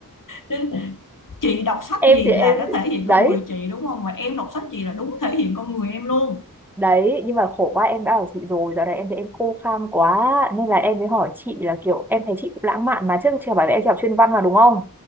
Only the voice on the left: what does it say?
<laughs> chị đọc sách
gì
là nó thể hiện
con người chị đúng không và em đọc sách gì là đúng thể hiện con người em luôn